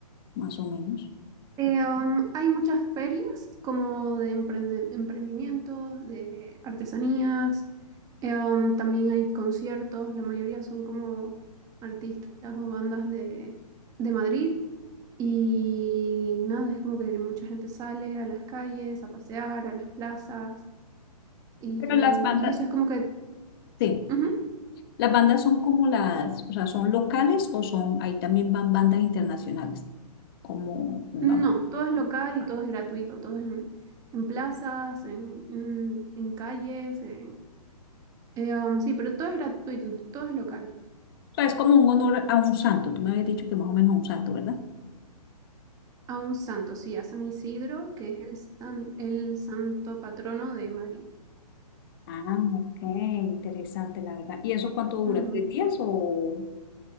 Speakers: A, on the left (about 35°); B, on the right (about 15°).
A: más o menos.
B: Eh, um, hay muchas ferias como de emprende- emprendimientos, de artesanías, Eh, um, también hay conciertos, la mayoría son como artistas o bandas de, de Madrid y nada, es como que mucha gente sale a las calles, a pasear, a las plazas y,
A: Pero las bandas,
B: y eso es como que...
A: sí,
B: ujú.
A: las bandas son como las, o sea, son locales o son, ahí también van bandas internacionales, como, pongamos,
B: No, todo es local y todo es gratuito, todo es en, en plazas, en, en- en calles, en, Eh, um, sí, pero todo es gratuito, todo es local.
A: o sea, es como un honor a un santo, tú me habías dicho que más o menos a un santo, ¿verdad?
B: A un santo, sí, a San Isidro, que es el, san- el santo patrono de Madrid.
A: Ah, ok, interesante, la verdad. ¿Y eso cuánto dura?
B: Ujú.
A: ¿Tres días o...?